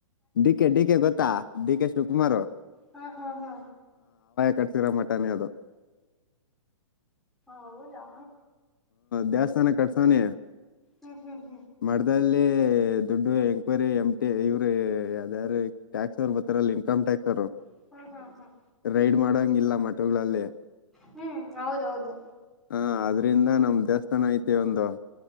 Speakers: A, on the left; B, in the centre.
A: ಡಿ ಕೆ ಡಿ ಕೆ ಗೊತ್ತಾ ಡಿ ಕೆ ಶಿವಕುಮಾರ್
B: ಹಾ ಹಾ ಹಾ
A: ಕಟ್ತೀರ ಮಟಾನೆ ಅದು
B: ಹೌದಾ
A: ದೇವಸ್ಥಾನ ಕಟ್ಸನಿ
B: ಹ್ಮ್ ಹ್ಮ್ ಹ್ಮ್
A: ಮಡದಲ್ಲಿ ದುಡ್ಡು ಎಂಕ್ವೈರಿ ಎಮಟಿ ಇವ್ರು ಯಾವ ಯಾರ ಟ್ಯಾಕ್ಸ್ ಅವರು ಬರ್ತಾರಲ್ಲ ಇನ್ಕಮ್ ಟ್ಯಾಕ್ಸ್ರು
B: ಹ್ಮ್ ಹ್ಮ್ ಹ್ಮ್
A: ರೈಡ್ ಮಾಡೋಂಗಲ್ಲ ಮಠಗಳಲ್ಲಿ
B: ಹೂ ಹೌದೌದು
A: ಹಾ ಆದದ್ರಿಂದ ನಮ ದೇವಸ್ಥಾನ ಐತಿ ಒಂದು